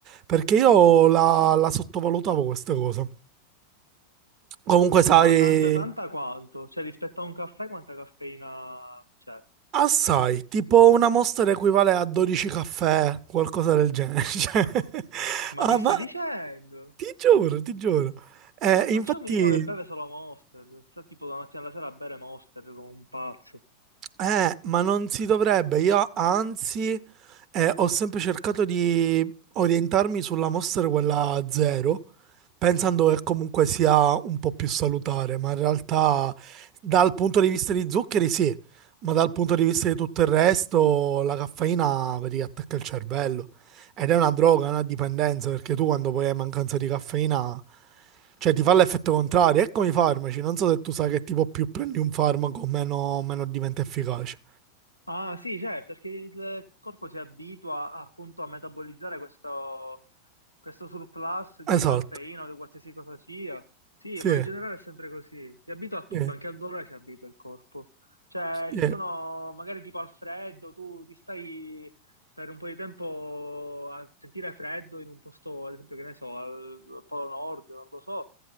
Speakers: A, on the right; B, on the left.
A: Perché io la, la sottovalutavo questa cosa. Comunque, sai,
B: Ma tanta tanta quanto? Cioè rispetto a un caffè quanta caffeina c'è?
A: assai, tipo una Monster equivale a 12 caffè, qualcosa del genere. <laughs> Cioè,
B: Ma
A: ah,
B: che
A: ma
B: stai dicendo?
A: Ti giuro, ti giuro. Eh,
B: Ma
A: infatti,
B: c'è un mio amico che beve solo Monster, sta tipo da mattina alla sera a bere Monster come un pazzo.
A: eh, ma non si dovrebbe. Io, anzi, eh, ho sempre cercato di orientarmi sulla mostra quella zero, pensando che comunque sia un po' più salutare, ma in realtà, dal punto di vista di zuccheri, sì, ma dal punto di vista di tutto il resto, la caffeina vedi, attacca il cervello. Ed è una droga, una dipendenza, perché tu quando poi hai mancanza di caffeina. Cioè, ti fa l'effetto contrario. Ecco i farmaci. Non so se tu sai che tipo più prendi un farmaco, meno, meno diventa efficace.
B: Ah sì, certo, perché il corpo si abitua appunto a metabolizzare questo, questo surplus di
A: Esatto.
B: caffeina o di qualsiasi cosa sia. Sì,
A: Sì,
B: ma in generale è sempre così. Si abitua a tutto,
A: sì,
B: anche al dolore si abitua il corpo. Cioè,
A: sì,
B: ci sono magari tipo al freddo, tu ti stai per un po' di tempo a sentire freddo in un posto, ad esempio, che ne so, al Polo Nord, non lo so.